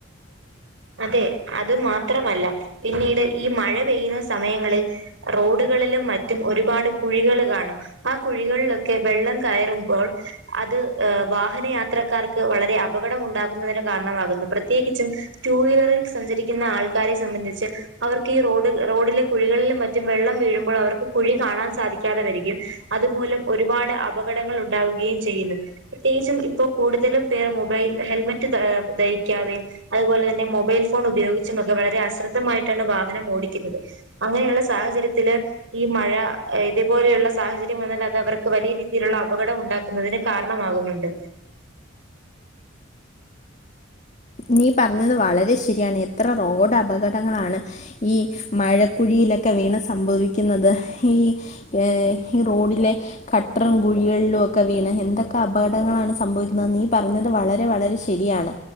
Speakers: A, on the right (about 70°); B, on the left (about 35°).
A: അതെ അത് മാത്രമല്ല പിന്നീട് ഈ മഴ പെയ്യുന്ന സമയങ്ങളിൽ റോഡുകളിലും മറ്റും ഒരുപാട് കുഴികൾ കാണും ആ കുഴികളിലൊക്കെ വെള്ളം കയറുമ്പോൾ അത് ഏ വാഹന യാത്രക്കാർക്ക് വളരെ അപകടം ഉണ്ടാകുന്നതിന് കാരണമാകുന്നു പ്രത്യേകിച്ചും ടു വീലറിൽ സഞ്ചരിക്കുന്ന ആൾക്കാരെ സംബന്ധിച്ച് അവർക്ക് ഈ റോഡ് റോഡിലെ കുഴികളിലും മറ്റും വെള്ളം വീഴുമ്പോൾ അവർക്ക് കുഴി കാണാൻ സാധിക്കാതെ വരികയും അതുമൂലം ഒരുപാട് അപകടങ്ങൾ ഉണ്ടാവുകയും ചെയ്യുന്നു പ്രത്യേകിച്ചും ഇപ്പോൾ കൂടുതലും പേർ മൊബൈൽ ഹെൽമെറ്റ് ധരിക്കാതെയും അതുപോലെ തന്നെ തന്നെ മൊബൈൽ ഫോൺ ഉപയോഗിച്ചുമൊക്കെ വളരെ അശ്രദ്ധമായിട്ടാണ് വാഹനം ഓടിക്കുന്നത് അങ്ങനെയുള്ള സാഹചര്യത്തില് ഈ മഴ ഇതേപോലെയുള്ള സാഹചര്യം വന്നാൽ അത് അവർക്ക് വലിയ രീതിയിലുള്ള അപകടം ഉണ്ടാക്കുന്നതിന് കാരണമാകുന്നുണ്ട്
B: നീ പറഞ്ഞത് വളരെ ശരിയാണ് എത്ര റോഡ് അപകടങ്ങളാണ് ഈ മഴക്കുഴിയിലൊക്കെ വീണ് സംഭവിക്കുന്നത് ഈ ഏർ ഈ റോഡിലെ കട്ടറും കുഴികളിലും ഒക്കെ വീണ് എന്തൊക്കെ അപകടങ്ങളാണ് സംഭവിക്കുന്നത് നീ പറഞ്ഞത് വളരെ വളരെ ശ ശരിയാണ്